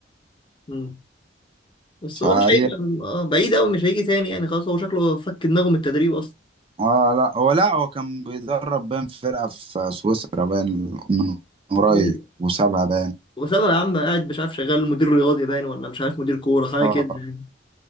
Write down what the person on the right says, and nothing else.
فهي
اه لا هو لا هو كان بيدرب بين فرقه في سويسرا بين من قريب
وسابها بين
اه
آه.